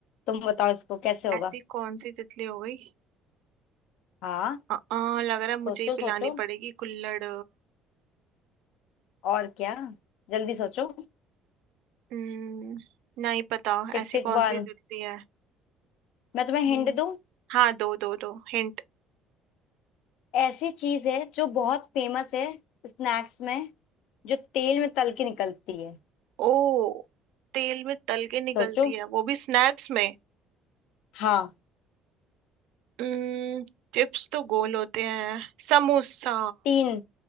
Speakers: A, on the left; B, on the right.
A: तुम बताओ इसको कैसे होगा
B: ऐसी कौन सी तितली हो गई
A: हाँ
B: अ, अ, लग रहा है मुझे
A: सोचो
B: ही पिलानी
A: सोचो
B: पड़ेगी कुल्हड़
A: और क्या जल्दी सोचो
B: हम्म, नहीं पता
A: टिक
B: ऐसी
A: टिक
B: कौन
A: वन
B: सी दिखती है
A: मैं
B: हम्म।
A: तुम्हें हिंट दूं
B: हाँ दो दो दो हिंट
A: ऐसी चीज है जो बहुत फेमस है स्नैक्स में जो तेल में तल के निकलती है
B: ओ तेल में तल के निकलती
A: सोचो
B: है वो भी स्नैक्स में
A: हाँ
B: हम्म, चिप्स तो गोल होते हैं समोसा
A: तीन